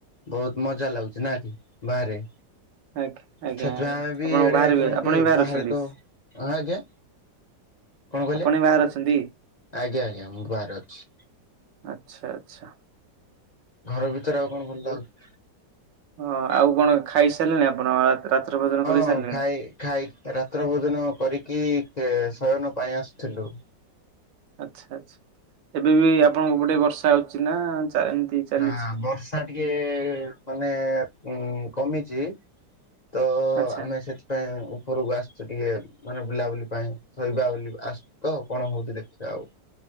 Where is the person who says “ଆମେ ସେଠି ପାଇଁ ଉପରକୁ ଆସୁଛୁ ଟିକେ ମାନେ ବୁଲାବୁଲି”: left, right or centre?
Left